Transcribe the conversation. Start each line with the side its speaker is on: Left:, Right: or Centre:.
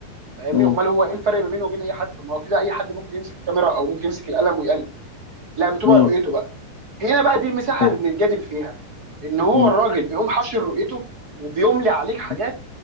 Right: فاهمني
Left: مم.
Right: امال هو ايه الفرق ما بينه وبين اي حد طب ما هو كده اي حد ممكن يمسك الكاميرا او ممكن يمسك القلم ويالف لا بتبقى
Left: مم.
Right: رؤيته بقى. هنا بقى دي المساحه
Left: ايوه
Right: اللي بنتجادل فيها ان هو
Left: مم.
Right: الراجل بيقوم حاشر رؤيته وبيملي عليك
Left: مم.
Right: حاجات